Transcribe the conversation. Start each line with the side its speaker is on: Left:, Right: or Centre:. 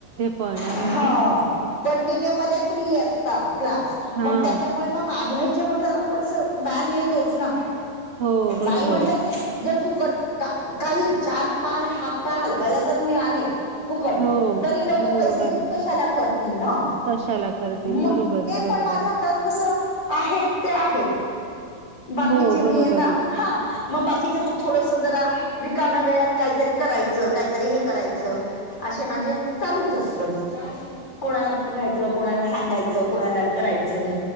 Right: कळणारे
Left: हा.
Right: वा
Left: कंटिन्यू मध्ये फ्री असतात क्ला स
Right: हां.
Left: मग त्याच्यामुळे म माझ्या ह्याच्यावर जरा थोड बन येतो ना?
Right: हो, बरोबर
Left: नाही म्हटलं
Right: आहे.
Left: तरी जर फुकट का काही चार पाय हात पाय हलवायला जर मिळाले. फुकट
Right: हो,
Left: तरी लोक
Right: बरोबर
Left: पैसे देऊन
Right: आहे.
Left: कशाला करतील ना?
Right: कशाला करतील?
Left: मग
Right: बरोबर आहे,
Left: ते
Right: बरोबर
Left: पण माझा
Right: आहे.
Left: कस आहेत ते आहेत बाकीचे
Right: हो, बरोबर
Left: मी आता
Right: आहे.
Left: हा मग बाकीच मग थोडस जरा रिकाम्या वेळात काहीतरी करायचं काहीतरी हे करायचं. असे माझे चालूच असतात. कोणाला बघायचं, कोणाला सांगायचं, कोणाला करायचं.